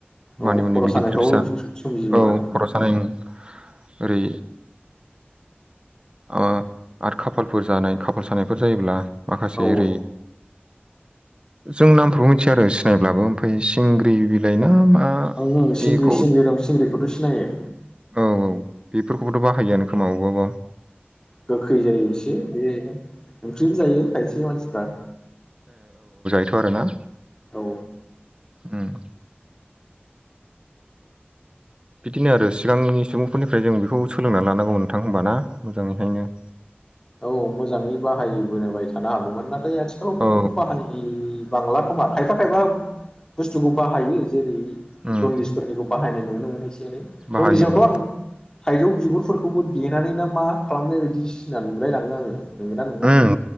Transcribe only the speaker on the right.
मानि मुनि
बे
गिदिर फिसा
औ खर' सानायनि ओरै आरो खाफालफोर जानाय खाफाल सानायफोर जायोब्ला माखासे
ओरै जों नामफोरखौ मिथिया आरो सिनायब्लाबो ओमफ्राय सिंग्रि बिलाइ ना मा
बेखौ
औ बेफोरखौबोथ' बाहायोआनो खोमा अबेबा अबेबा
औथ आरोना
ओम बिदिनो आरो सिगांनि सुबुंफोरनिफ्राय जों बेखौ सोलोंनानै लानांगौमोन नोंथां होमबा ना मोजाङैहायनो
औ
उम
बाहायो
औ
ओं